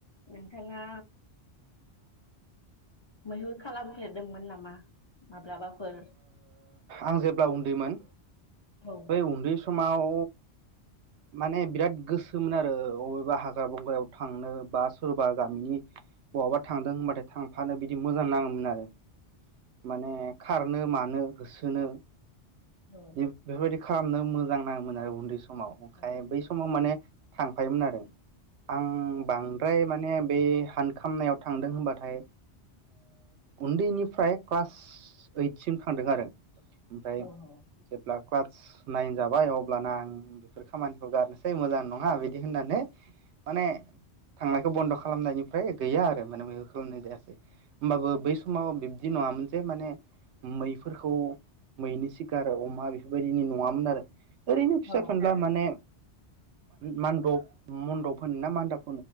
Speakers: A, on the left; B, on the right.
A: नोंथाङा मैहुर खालामफेरदोंमोन नामा? माब्लाबाफोर
B: आं जेब्ला उन्दैमोन
A: औ
B: बै उन्दै समाव माने बिराद गोसोमोन आरो अबेबा हाग्रा बंग्रायाव थांनो बा सोरबा गामिनि बहाबा थांदों होनबाथाय थांफानो बिदि मोजां नाङोमोन आरो। माने खारनो मा नो होसोनो
A: औ
B: बे बेफोरबायदि खालामनो मोजां नाङोमोन आरो उन्दै सम समाव ओमफाय
A: औ
B: बै समाव माने थां फायोमोन आरो आं बांद्राय माने बे हानखामनायाव थांदों होनबाथाय उन्दैनिफ्राय क्लास ओइटसिम थांदों आरो ओमफ्राय
A: औ औ
B: जेब्ला क्लास नाइन जाबाय अब्लाना आं बेफोर खामानिखौ गारनोसै मोजां नङा बिदि होननानै माने
A: औ
B: थांनाय बन्द' खालामनायनिफ्राय गैया आरो माने बे खालामनाय जायासै। होमबाबो बै समाव बिदि नङामोन जे माने मैफोरखौ मैनि सिगां गारो अमा बेफोरबायदिनि नङामोन आरो। ओरैनो फिसा
A: औ
B: फेनब्ला माने मान्दब मन्दप होन ना मान्दब